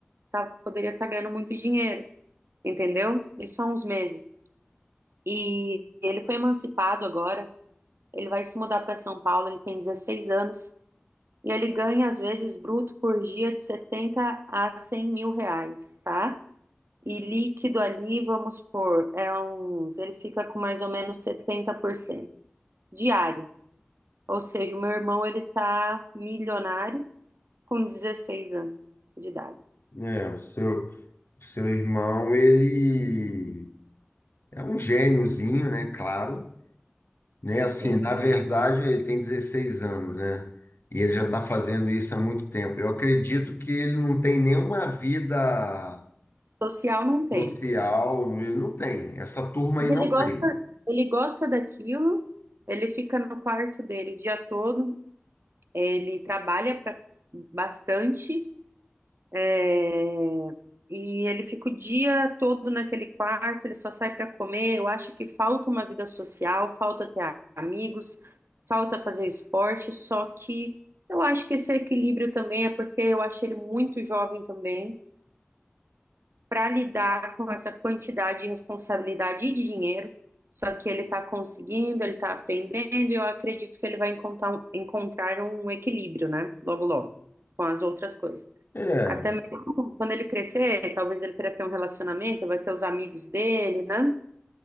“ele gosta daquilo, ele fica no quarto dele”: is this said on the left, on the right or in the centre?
Right